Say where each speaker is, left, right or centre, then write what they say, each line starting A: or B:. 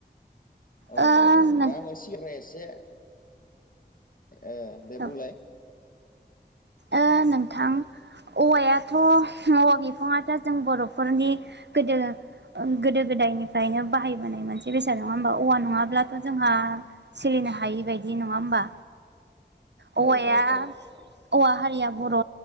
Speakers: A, on the left; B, on the right.
A: औ
B: ओ
A: औ औ
B: नों
A: दा आङो सिगांनिसाय एसे ओ दे
B: औ
A: बुंलाय।
B: ओ नोंथां औवायाथ' औवा बिफाङाथ' जों बर'फोरनि गोदो गोदो गोदायनिफ्रायनो बाहायबोनाय मोनसे बेसाद नङा होमबा औवा नङाब्लाथ' जोंहा सोलिनो हायि बायदि नङा होमबा?
A: औ
B: औवाया
A: औ औ
B: औवा हारिया बर'